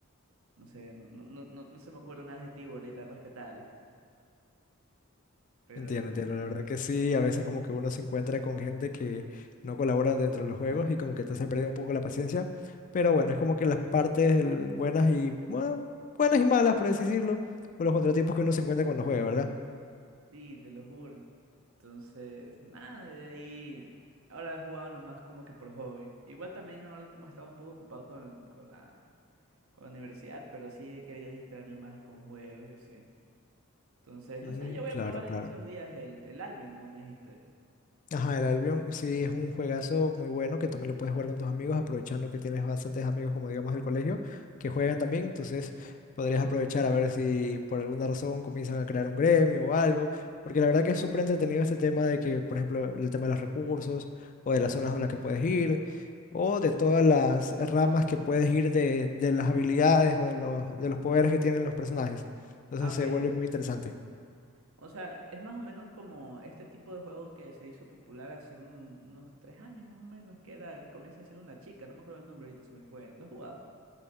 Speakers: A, on the right; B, on the left.
A: No sé, no, no, no, no no se me ocurre un adjetivo ahorita respetable, pero
B: Entiendo, entiendo, la verdad que sí, a veces como que uno se encuentra con gente que no colabora dentro de los juegos y como que te hacen perder un poco la paciencia, pero bueno, es como que las partes el- buenas y, bueno, buenas y malas, por así decirlo, o los contratiempos que uno se encuentra cuando juega, ¿verdad?
A: sí, te lo juro. Entonces, nada, de ahí. Ahora he jugado nomás como que por hobby. Igual también ahora último he estado un poco ocupado con, con la, con la universidad, pero sí he querido distraerme más con juegos y así. Entonces,
B: Mm,
A: no sé, yo voy
B: claro,
A: a probar
B: claro.
A: en estos días el, el Albion, ¿no? Me dijiste.
B: Ajá, el Albion sí es un juegazo muy bueno que también lo puedes jugar con tus amigos, aprovechando que tienes bastantes amigos, como digamos del colegio, que juegan también. Entonces podrías aprovechar a ver si por alguna razón comienzan a crear un gremio o algo. Porque la verdad que es súper entretenido este tema de que, por ejemplo, el tema de los recursos o de las zonas en las que puedes ir o de todas las ramas que puedes ir de, de las habilidades o de los, de los poderes que tienen los personajes. Entonces
A: Ah, ok.
B: se vuelve muy interesante.
A: O sea, es más o menos como este tipo de juego que se hizo popular hace un- unos tres años más o menos, que era que comienza siendo una chica, no me acuerdo el nombre ahorita, se me fue. ¿Lo has jugado?